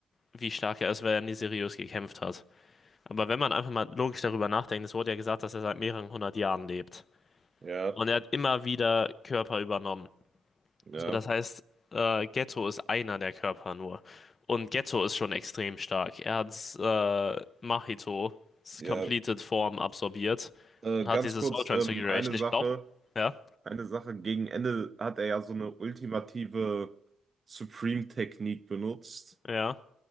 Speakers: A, on the left; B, on the right.
A: wie stark er ist, weil er nie seriös gekämpft hat. Aber wenn man einfach mal logisch darüber nachdenkt, es wurde ja gesagt, dass er seit mehreren hundert Jahren lebt.
B: Ja,
A: Und er hat immer wieder Körper übernommen.
B: ja,
A: So, das heißt, äh, Ghetto ist einer der Körper nur. Und Ghetto ist schon extrem stark. Er hat äh, Machitos
B: ja.
A: Completed Form absorbiert
B: Äh,
A: und hat
B: ganz
A: diese
B: kurz,
A: Soul Transfiguration.
B: ähm, eine Sache.
A: Ich glaube, ja,
B: Eine Sache, gegen Ende hat er ja so eine ultimative Supreme-Technik benutzt.
A: ja,